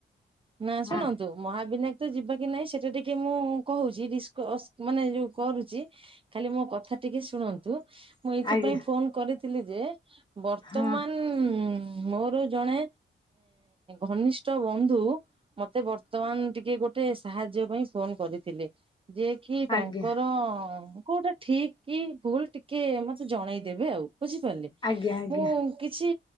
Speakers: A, on the right (about 30°); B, on the left (about 25°).
A: ନାଁ ଶୁଣନ୍ତୁ
B: ହଁ
A: ତ ମହାବିନାୟକ ତ ଯିବା କି ନାହିଁ ସେଟା ଟିକେ ମୁଁ କହୁଛି ଡିସ୍କସ ମାନେ ଯୋଉ କରୁଚି। ଖାଲି ମୋ କଥା ଟିକେ ଶୁଣନ୍ତୁ। ମୁଁ ଏଇଥିପାଇଁ
B: ଆଜ୍ଞା
A: ଫୋନ କରିଥିଲି ଯେ ବର୍ତ୍ତମାନ
B: ହଁ
A: ଉ ମୋର ଜଣେ ଘନିଷ୍ଠ ଟ ବନ୍ଧୁ ମତେ ବର୍ତ୍ତମାନ ଟିକେ ଗୋଟେ ସାହାଯ୍ୟ ପାଇଁ ଫୋନ କରିଥିଲେ। ଯେଏ କିି ତାଙ୍କର
B: ଆଜ୍ଞା
A: କୋଉଟା ଠିକ କି ଭୁଲ ଟିକେ ମତେ ଜଣେଇଦେବେ ଆଉ ବୁଝିପାରିଲେ।
B: ଆଜ୍ଞା ଆଜ୍ଞା
A: ମୁଁ କିଛି